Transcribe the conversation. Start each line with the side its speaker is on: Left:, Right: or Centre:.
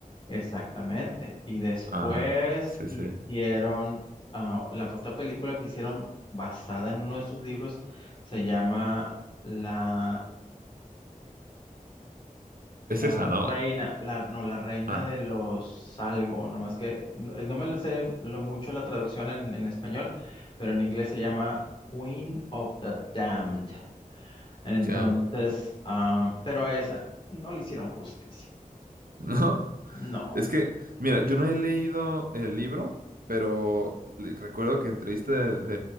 Left: Exactamente. Y después
Right: Ah, sí,
Left: hicieron,
Right: sí.
Left: ah, la otra película que hicieron basada en uno de sus libros se llama La, la
Right: Es esa, ¿no?
Left: Reina, la, no, La Reina
Right: Ah,
Left: de los algo, nomás que no, eh, no me lo sé lo mucho la traducción en, en español, pero en inglés se llama Queen of the Damned. Entonces,
Right: ya.
Left: am, pero a esa no le hicieron justicia.
Right: <laughs> No.
Left: No.
Right: Es que, mira, yo no he leído el libro, pero le- recuerdo que entrevista de,